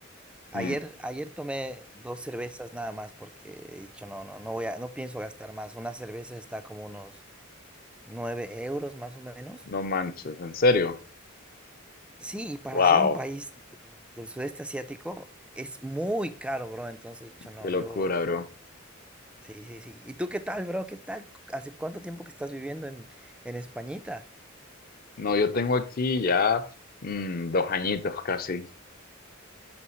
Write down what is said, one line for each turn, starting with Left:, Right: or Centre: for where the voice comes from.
Centre: ayer,
Left: mm,
Centre: ayer tomé dos cervezas nada más porque he dicho, no, no, no voy a, no pienso gastar más. Una cerveza está como unos nueve euros más o menos.
Left: no manches, en serio.
Centre: Sí, y para
Left: Wow.
Centre: ser un país del del sudeste asiático es muy caro, bro. Entonces he dicho, no,
Left: Qué locura,
Centre: yo.
Left: bro.
Centre: Sí, sí, sí. ¿Y tú qué tal, bro? ¿Qué tal? ¿Hace cuánto tiempo que estás viviendo en, en Españita?
Left: No, yo tengo aquí ya mm, dos añitos casi,